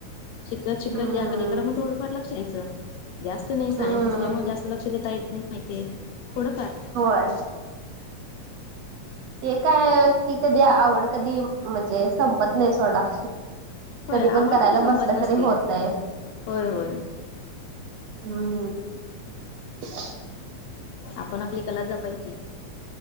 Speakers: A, on the left; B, on the right.
A: शिकत- शिकत
B: हम्म.
A: या कलेकडं, मग थोडफार लक्ष द्यायचं. जास्त नाही, सायन्स
B: हम्म.
A: असल्यामुळे जास्त लक्ष देता येत नाही. माहितेय. थोडंफार
B: होय. ते काय, ती कधी, आवड कधी, म्हणजे संपत नाही, सोडा.
A: होय
B: कधी
A: आवड
B: पण करायला
A: कधी संपत
B: बसलं
A: नसते.
B: तरी होतय.
A: होय होय
B: हम्म. <unintelligible>
A: आपण आपली कला जपायची.